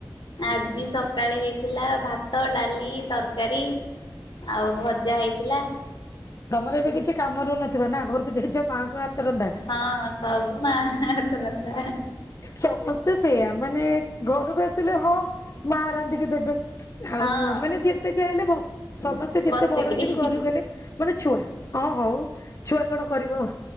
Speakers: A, on the left (about 75°); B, on the left (about 40°).
A: ଆଜି ସକାଳେ ହେଇଥିଲା ଭାତ, ଡାଲି, ତରକାରୀ। ଆଉ ଭଜା ହେଇଥିଲା।
B: ତମର ଏବେ କିଛି କାମ ରହୁନଥିବ ନା ଘରକୁ ଯାଇଛ? ମାଆଙ୍କ ହାତ ରନ୍ଧା।
A: ହଁ ସବୁ ମା ହାତ ରନ୍ଧା।
B: ସମସ୍ତେ ସେଇୟା ମାନେ ଘରକୁ ଆସିଲେ ହଁ ମା ରାନ୍ଧିକି ଦେବେ।
A: ହଁ।
B: ଆଉ ମାନେ ଯେତେ ଯାହା ହେଲେ ବସ୍ ସମସ୍ତେ ଯେତେ
A: ବସିକିରି
B: ବଡ ହେଲେ ବି ଘରକୁ ଗଲେ ମାନେ ଛୁଆ। ହଁ ହଉ ଛୁଆ କଣ କରିବ?